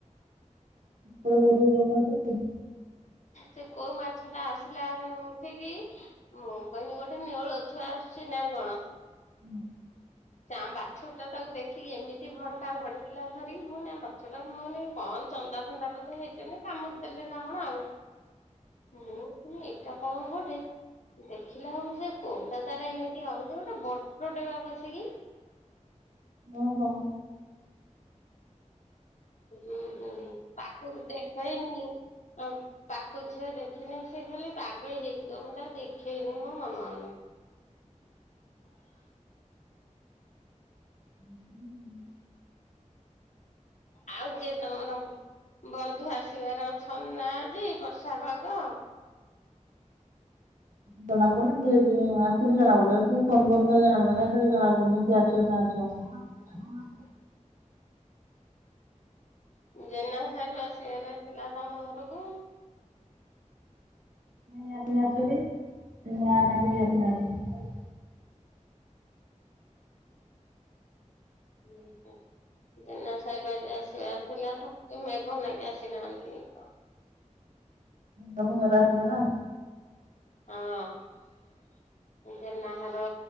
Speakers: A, on the right; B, on the left.
A: ବଡ଼ ବଡ଼। <unintelligible>
B: ସେ କୋଉ ମାଛ ଟା ଆସିଲା ହେଣୁ ଉଠିକି ମୁଁ କହିଲି ଗୋଟେ ନେଉଳ ଛୁଆ ଆସଚି ନା କଣ?
A: ଉଁ ହୁଁ।
B: ତା ଆମ ବାଛୁରି ଟା ତାକୁ ଦେଖିକି ଏମିତି ଭଡକା ଭଡିକିଲା ଧରିକି। ମୁଁ କଇଲି ଆମ ବାଛୁର ଟା ମୁଁ ନେଇ ହଁ ଜନ୍ଦା ଫନ୍ଦା ବୋଧେ ହେଇଚନ୍ତି କାମୁଡ଼ି ଦେଲେ ନା କଣ ଆଉ। ମୁଁ ତୁମେ ଏକ କଣ ଗୋଟେ ଦେଖିଲା ବେଳକୁ ସେ କୋଉ ଟା ତାର ଏମିତି ଆଉଚି ଗୋଟେ ବଡ଼ଟେ ପା କସିକି।
A: ଓ ହୋ।
B: ଏ ଗୋ ଗୋ ପାକକୁ ଦେଖେଇନି। ଅଁ ପାକ ଝିଅ ଦେଖିନେ ସେ ଖାଲି ପାଗଳି ହେଇଯିବ। ମୁଁ ତାକୁ ଦେଖେଇନି ମୋ ମନ ନାଇଁ। <inaudible>
A: ଉଁ ଉଁ।
B: ଆଉ କେ ତମର ବନ୍ଧୁ ଆସିବାର ଅଛନ୍ ନା ଯେ ବର୍ଷା ପାଗ।
A: ଜଣା ପଡ଼ିନି ଯିଏ ଯିଏ ଆସିଲେ ଜଣା ପଡିବ କି ଫୋନ୍ ଫୋନ୍ କଲେ ଜଣା ପଡିବ। କାହିଁ ତ କିଛି ଜଣା ପଡୁନି କିଏ ଆସିବ ନ ଆସିବ।
B: ଜେନା ସାହେବ ଆସିବାର ଥିଲା ତମ ଘରକୁ।
A: ନାଇଁ ଆସିନାହାନ୍ତି ତ କେହି ନା ନା କେହି ଆସିନାହାନ୍ତି।
B: ଉଁ ହଁ ଜେନା ସାହେବ ଆଜି ଆସିବାର ଥିଲା ତ ମେଘ ନାଗି ଆସିନାହାନ୍ତି କି କଁ?
A: ଡ଼ଙ୍ଗା ଫଙ୍ଗା ରେ ଆସିବେ ନା?
B: ହଁ। ଜେନା ଘର